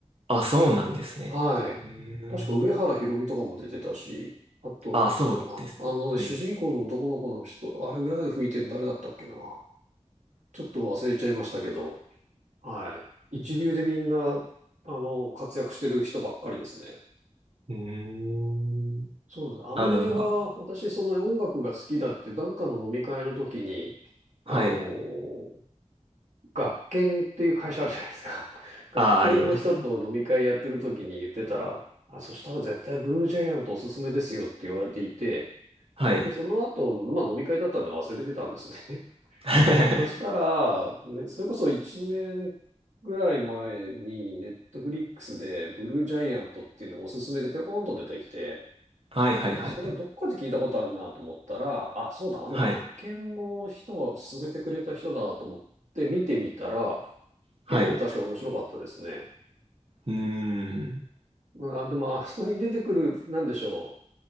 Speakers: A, on the right; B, on the right.
A: あ、そうなんですね。
B: はい。
A: うーん。
B: 確か上原ひろみとかも出てたし、あと、
A: あ、
B: そうだな。
A: そうですね。
B: あの、
A: はい。
B: 主人公の男の子の人、あれ裏で吹いてるの誰だったっけな。ちょっと忘れちゃいましたけど、はい。一流でみんな、
A: う
B: あの、活躍してる人ばっかりですね。
A: ーん。
B: そうなんです。あの映画、
A: あ、どう
B: 私、その音楽が好きだって、なんかの飲み会の時に、あのー、
A: はい。
B: 学研っていう会社あるじゃないですか。<laughs> 学研の人と飲み会やってる時に言ってたら、
A: あ、あります。
B: あ、そしたら絶対ブルージャイアントおすすめですよって言われていて、
A: はい。
B: で、その後、まあ飲み会だったんで忘れてたんですね。
A: <laughs>
B: <laughs> そしたら、ね、それこそ1年ぐらい前に、ネットフリックスでブルージャイアントっていうのがおすすめでぴょこんと出てきて、
A: はいはいはい。
B: あ、なんかそれどっかで聞いたことあるなと思ったら、あ、そうだ、あの学研の人が勧めてくれた人だと思って見てみたら、
A: はい。はい。
B: 結構確かに面白かったですね。
A: うーん。
B: まあ、でもあそこに出てくる、なんでしょ